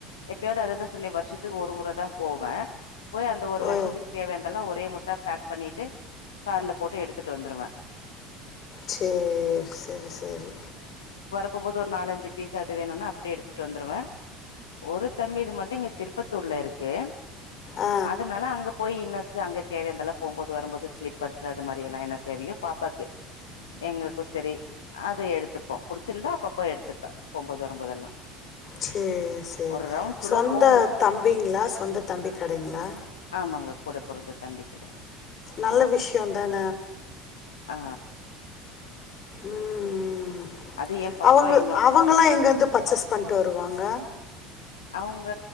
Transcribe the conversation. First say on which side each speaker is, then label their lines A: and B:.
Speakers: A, on the left; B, on the left.
A: எப்யாவது அதுதா சொன்னே வருஷத்துக்கு ஒரு முறதா போவே போய் அந்த ஒரு
B: ஓ
A: வருஷத்துக்கு தேவையான்தெல்லா ஒரே முட்டா பேக் பண்ணிட்டு கார்ல போட்டு எடுத்துட்டு வந்துருவே
B: சேர் செரி செரி
A: போம்போது ஒரு நாலஞ்சி பீஸ் அது வேணுனா அப்டி எடுத்துட்டு வந்துருவே ஒரு தம்பிது மட்டு இங்க திருப்பத்தூர்ல இருக்கு
B: ஆ
A: அதனால அங்க போய் இன்னர்ஸு அங்க தேவையான்தெல்லா போம்போது வரும்போது ஸ்லிப்பர்ஸ் அது மாரி எல்லா என்ன தேவையோ பாப்பாக்கு எங்களுக்கு செரி அது எடுத்துப்போ புடிச்சிருந்தா அப்பப்போ எடுத்துப்பே போம்போது வரும்போதெல்லா
B: செர் செரி
A: ஒரு ரவுண்ட்ஸ்
B: சொந்த
A: உள்ள போவோ
B: தம்பிங்ளா சொந்த தம்பி கடைங்ளா
A: ஆமாங்க கூட பொறந்த தம்பி கிட்ட
B: நல்ல விஷ்ய தான
A: ஆ
B: ம்
A: அது எ பாப்பா
B: அவுங்க
A: இன்னு
B: அவுங்கெல்லா எங்கந்து பர்சஸ் பண்ட்டு வருவாங்க
A: அவங்க